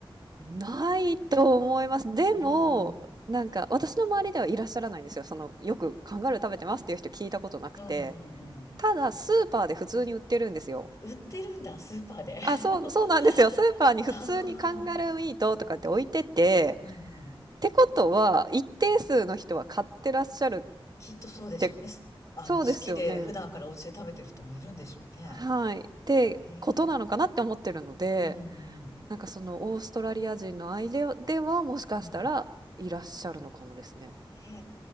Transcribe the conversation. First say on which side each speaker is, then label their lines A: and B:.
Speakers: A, on the right; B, on the left.
A: ないと思います。でも、
B: うーん。
A: なんか私の周りではいらっしゃらないんですよ。その、よくカンガルー食べてますっていう人聞いたことなくて。
B: うんうんうん。
A: ただ、スーパーで普通に売ってるんですよ。
B: 売ってるんだ、スーパーで。<laughs>
A: あ、そうそうなんですよ。スーパーに普通にカンガルーミートとかって置いてて、
B: ああ、うんうん。
A: ってことは、一定数の人は買ってらっしゃるっ
B: きっとそうでしょうね。
A: て
B: すあの、
A: そうですよね。
B: 好きで普段からお家で食べてる人もいるんでしょうね。
A: はい。ってことなのかなって思ってるので、
B: へえ。うんうん。
A: なんかその、オーストラリア人の間では、もしかしたらいらっしゃるのかもですね。
B: うん。へ